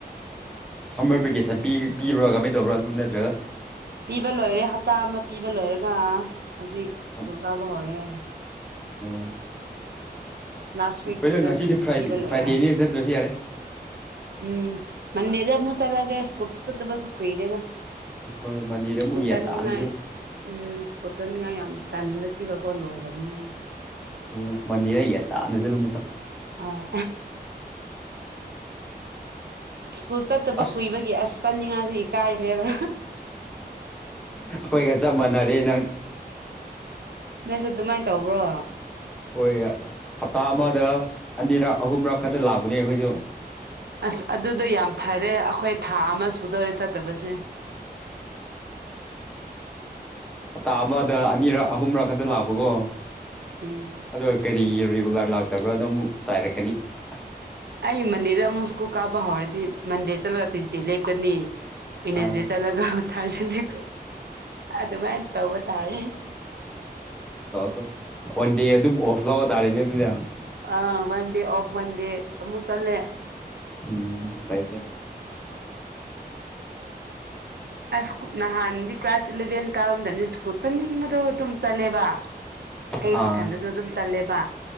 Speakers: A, in the centre; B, on the right.
A: ꯁꯔꯕꯤꯀꯦꯁꯟ ꯄ ꯄꯤꯕ꯭ꯔꯥ ꯀꯃꯥꯏꯅ ꯇꯧꯕ꯭ꯔꯥ ꯑꯗꯨ ꯅꯠꯇ꯭ꯔꯒ
B: ꯄꯤꯕ ꯂꯣꯏꯔꯦ ꯍꯞꯇꯥ ꯑꯃ ꯄꯤꯕ ꯂꯣꯏꯔꯒ ꯍꯧꯖꯤꯛ
A: ꯑꯣ
B: ꯁ꯭ꯀꯨꯜ ꯀꯥꯕ ꯍꯧꯔꯦ
A: ꯑꯣ ꯑꯩꯈꯣꯏꯩꯅ
B: ꯂꯥꯁ ꯋꯤꯛꯇꯨꯗ
A: ꯉꯁꯤꯗꯤ ꯐ꯭ꯔꯗꯦ
B: ꯄꯤꯕ ꯂꯣꯏꯔꯦ
A: ꯐ꯭ꯔꯥꯏꯗꯦꯅꯦ ꯆꯠꯇ꯭ꯔꯁꯨ ꯌꯥꯔꯦ
B: ꯎꯝ ꯃꯅꯦꯦꯗꯃꯨꯁꯂꯒꯦ ꯀꯗꯕꯁꯁꯨ ꯀꯨꯏꯔꯦꯗ
A: ꯍꯣꯏ ꯃꯟꯗꯦꯗ ꯑꯃꯨꯛ
B: ꯈꯨꯠꯇꯅꯤꯉꯥꯏ
A: ꯌꯦꯟ ꯇꯥꯅ ꯆꯠꯂꯣ
B: ꯎꯝ ꯈꯨꯠꯇꯅꯤꯡꯉꯥꯏ ꯌꯥꯝ ꯇꯟ ꯁꯤꯕꯒꯣ ꯂꯣꯏꯔꯕꯅꯦꯩꯅ
A: ꯍꯣꯏ ꯃꯟꯗꯤꯔꯗ ꯌꯦꯗꯥꯅ ꯆꯠꯂꯨ ꯑꯃꯨꯀ
B: ꯍꯣꯏ ꯁ꯭ꯀꯨꯜ ꯆꯠꯇꯕ
A: ꯑꯁ
B: ꯀꯨꯏꯕꯒꯤ ꯑꯁ ꯆꯟꯅꯤꯡꯉꯁꯨ ꯏ ꯀꯥꯏꯈ꯭ꯔꯦꯗ
A: ꯑꯩꯈꯣꯏꯒ ꯆꯞ ꯃꯥꯟꯅꯔꯦ ꯅꯪ
B: ꯅꯣꯏꯁꯨ ꯑꯗꯨꯃꯥꯏꯅ ꯇꯧꯕ꯭ꯔꯣ
A: ꯍꯣꯏ ꯍꯞꯇꯥ ꯑꯃꯗ ꯑꯅꯤꯔꯛ ꯑꯍꯨꯝꯔꯛ ꯈꯛꯇ ꯂꯥꯛꯄꯅꯦ ꯑꯩꯈꯣꯏꯁꯨ
B: ꯑꯁ ꯑꯗꯨꯗꯣ ꯌꯥꯝ ꯐꯔꯦ ꯑꯩꯈꯣꯏ ꯊꯥ ꯑꯃ ꯁꯨꯗꯧꯔꯦ ꯆꯠꯇꯕꯁꯦ
A: ꯍꯞꯇꯥ ꯑꯃꯗ ꯑꯅꯤꯔꯛ ꯑꯍꯨꯝꯔꯛ ꯈꯛꯇ ꯂꯥꯛꯄꯀꯣ
B: ꯎꯝ
A: ꯑꯗꯣ ꯀꯔꯤ ꯔꯤꯒꯨꯂꯔ ꯂꯥꯛꯇꯕ꯭ꯔꯥꯅꯣ ꯑꯃꯨꯛ ꯆꯥꯏꯔꯛꯀꯅꯤ ꯑꯁ
B: ꯑꯩ ꯃꯟꯗꯦꯗ ꯑꯃꯨꯛ ꯁ꯭ꯀꯨꯜ ꯀꯥꯕ ꯍꯧꯔꯗꯤ ꯃꯟꯗꯦ ꯆꯠꯂꯒ ꯇ꯭ꯌꯏꯁꯗꯦ ꯂꯦꯞꯀꯅꯤ ꯄꯅꯁꯗꯦꯇ
A: ꯑꯥ
B: ꯂꯒ ꯊꯥꯔꯖ ꯑꯗꯨꯃꯥꯏꯅ ꯇꯧꯕ ꯇꯥꯔꯦ
A: ꯑ ꯋꯥꯟꯗꯤꯦ ꯑꯗꯨꯝ ꯑꯣꯐꯂ ꯑꯣꯇꯥꯥꯦꯅꯤ ꯑꯗꯨꯗ
B: ꯑ ꯋꯥꯟ ꯗꯦ ꯑꯣꯐ ꯋꯥꯟ ꯗꯦ ꯃꯨꯛ ꯆꯜꯂꯦ
A: ꯎꯝ ꯐꯥꯏ ꯐꯥꯏ
B: ꯑꯁ ꯅꯍꯥꯟꯗꯤ ꯀ꯭ꯂꯥꯁ ꯏꯂꯚꯦꯟ ꯀꯥꯕ ꯃꯇꯝꯗ ꯁ꯭ꯀꯨꯜ ꯆꯠꯅꯤꯡꯕꯗꯣ ꯑꯗꯨꯝ ꯆꯠꯂꯦꯕ ꯑꯩ
A: ꯑꯥ
B: ꯏꯊꯟꯗꯁꯨ ꯑꯗꯨꯝ ꯆꯜꯂꯦꯕ